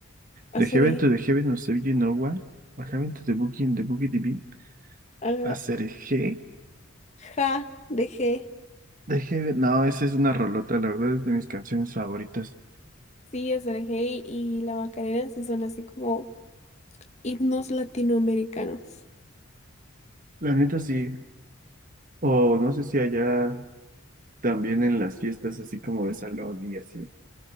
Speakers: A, on the left (about 30°); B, on the right (about 40°).
A: Acerejé.
B: Dejé vento, dejé no sé Nowa. Ajá, vento de Booking, de Boogie DB.
A: Ajá.
B: Hacer G.
A: Ja, de G.
B: Dejé. ve- No, esa es una rolota, la verdad es de mis canciones favoritas.
A: Sí, Acerejé y y la Macarena sí son así como himnos latinoamericanos.
B: La neta sí. O no sé si allá también en las fiestas así como de salón y así.